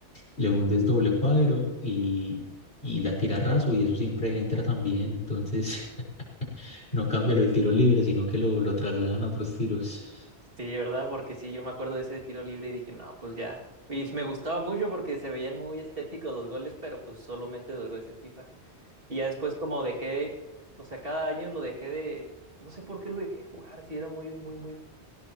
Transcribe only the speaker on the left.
le hundes doble cuadro y, y la tira raso y eso siempre entra también. Entonces, <laughs> no cambia lo del tiro libre, sino que lo, lo trasladan a otros tiros.